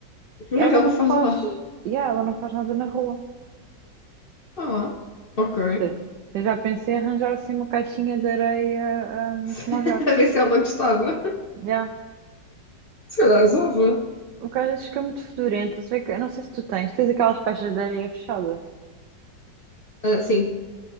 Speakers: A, on the left; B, on the right.
A: o que
B: Ela
A: é que ela
B: não
A: faz
B: faz,
A: lá?
B: yeah, ela não faz nada na rua.
A: Ah, ok.
B: Te- Eu já pensei em arranjar assim uma caixinha de areia, ah,
A: <laughs>
B: como aos gatos.
A: A ver se ela gostava.
B: Yeah.
A: Se calhar usava.
B: O que às vezes fica muito fedorento. Se vê que- Eu não sei se tu tens, tens aquelas caixas de areia fechadas.
A: Ah, sim.